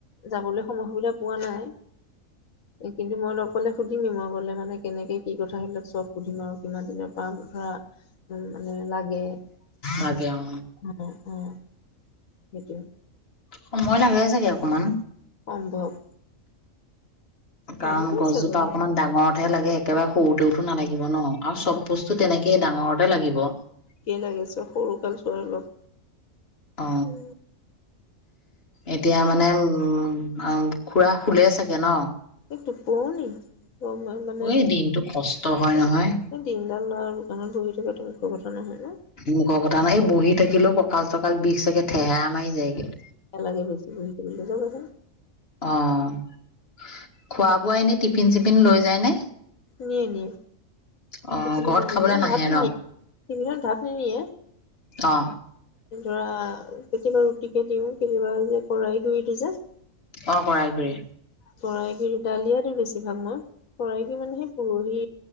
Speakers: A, on the left (about 85°); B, on the left (about 45°).
A: যাবলৈ সময় সুবিধা পোৱা নাই। কিন্তু মই লগ কৰিলে সুধিমেই, মই গ'লে মানে কেনেকে, কি কথা, সেইবিলাক চব সুধিম আৰু। কিমান দিনৰপৰা ধৰা! উম্ উম্ লাগে।
B: লাগে অ
A: উম্, উম্। সেইটোয়ে।
B: সময় লাগে চাগে অকণমান।
A: সম্ভৱ!
B: কাৰণ
A: লাগিবই
B: গছজোপা
A: চবৰে
B: অকমান ডাঙৰতহে লাগে একেবাৰে সৰুতেওতো নালাগিব ন আৰু চব বস্তু তেনেকেই ডাঙৰতে লাগিব
A: একেই লাগিছে সৰু কালচোৱাৰ অলপ।
B: অ
A: উম্
B: এতিয়া মানে উম্ আ খুৰা শুলে চাগে ন!
A: এ টোপনি। অলপ মই মানে
B: এই দিনটো কষ্ট হয় নহয়
A: এই দিনডাল ল'ৰা দোকানত বহি থকাতো মুখৰ কথা নহয় নে!
B: লোকৰ কথা নাই, বহি থাকিলেও কঁকাল চকাল বিষ চাগে ঠেহেৰা মাৰি যায়গে।
A: একেলগে বহিছিলোঁ <unintelligible>
B: অ' খোৱা বোৱা এনেই টিফিন চিফিন লৈ যায় নে?
A: নিয়ে, নিয়ে।
B: অ
A: টিফিনত
B: ঘৰত
A: অকল নিয়ে
B: খাবলৈ
A: মানে
B: নাহে
A: ভাত নিনিয়ে,
B: ন
A: টিফিনত ভাত নিনিয়ে।
B: অ'।
A: ধৰা কেতিয়াবা ৰুটিকে দিওঁ, কেতিয়াবা যে কৰাই গুৰিটো যে
B: অ' কৰাই গুৰি।
A: কৰাই গুৰি, দালিয়া দিওঁ বেছিভাগ মই। কৰাই গুৰি মানে সেই পৰহি